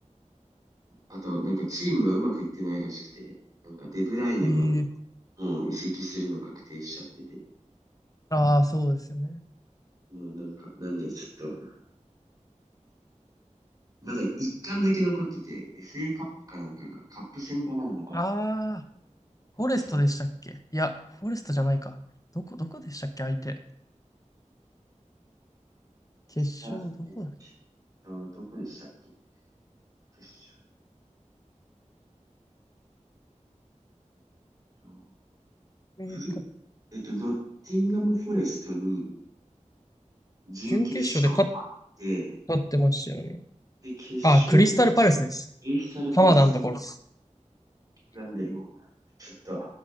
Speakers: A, on the right; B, on the left.
A: あと、なんかチームがうまくいってないらしくて、なんかデブライネも、
B: ええ
A: もう移籍するの確定しちゃってて、
B: ああ、そうですよね。
A: もうなんか、なんでちょっと、まだ一巻だけ残ってて、FA カップかなんかが、カップ戦がまだ残ってて、
B: ああ、フォレストでしたっけいや、
A: それ
B: フォレストじゃないか。どこ、どこでしたっけ、相手。決勝、
A: あ、
B: どこだっ
A: えー決勝、どこでしたっけ決勝と、
B: けえーか
A: ブルー、えっと、ノッティンガム・フォレストに準決勝勝って、
B: 準決勝で勝ったってましたよね。
A: で、決勝、
B: あ、クリスタルパレスです。
A: エスタル・
B: 鎌田のところです。
A: パレスなんで、もう、ちょっと、